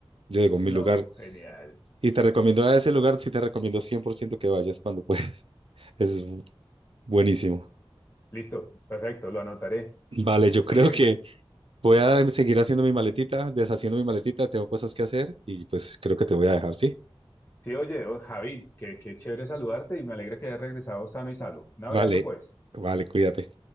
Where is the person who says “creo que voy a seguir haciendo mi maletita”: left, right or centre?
Right